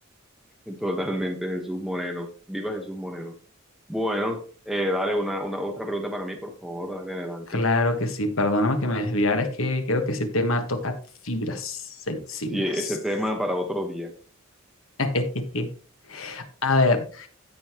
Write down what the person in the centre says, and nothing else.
<laughs> totalmente Jesús Moreno. Viva Jesús Moreno. Bueno, eh, dale una, una otra pregunta para mí, por favor, dale adelante.
Sí, ese tema para otro día.